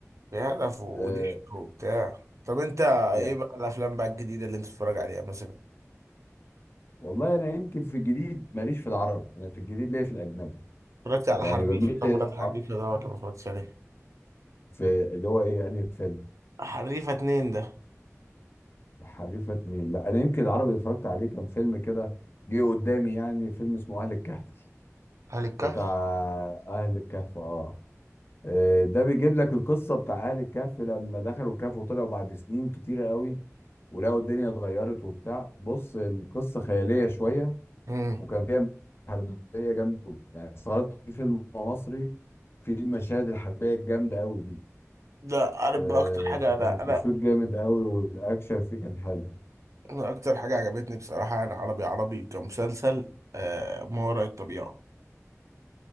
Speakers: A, on the right (about 70°); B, on the left (about 45°).
A: في هدف وضحك
B: آه
A: وبتاع طب انت ايه
B: يا
A: بقى الافلام بقى الجديدة اللي انت بتتفرج عليها مثلا
B: والله انا يمكن في الجديد ماليش في العربي انا في الجديد ليا في الاجنبي
A: اتفرجت على
B: يعني
A: حريفة
B: بميل
A: طب
B: ل-
A: اتفرجت حريفة
B: آه،
A: ده ولا ما اتفرجتش عليه
B: في اللي هو ايه انهي فيلم
A: حريفة اتنين ده
B: الحريفه اتنين لا انا يمكن العربي اللي اتفرجت عليه كان فيلم كده جه قدامي يعني فيلم اسمه اهل الكهف
A: أهل الكهف
B: بتاع اهل الكهف اه آه، ده بيجيب لك القصه بتاع اهل الكهف لما دخلوا الكهف وطلعوا بعد سنين كتيره قوي ولقوا الدنيا اتغيرت وبتاع بص القصه خياليه شويه
A: امم
B: وكان فيها حربيه جامده أوي. يعني استغربت في فيلم مصري في المشاهد الحربيه الجامده قوي دي
A: ده عارف
B: آه،
A: بقى اكتر حاجة
B: فكان
A: انا
B: التصوير
A: انا
B: جامد قوي والاكشن فيه كان حلو
A: أنا اكتر حاجة عجبتني بصراحة انا عربي عربي كمسلسل آه ما وراء الطبيعة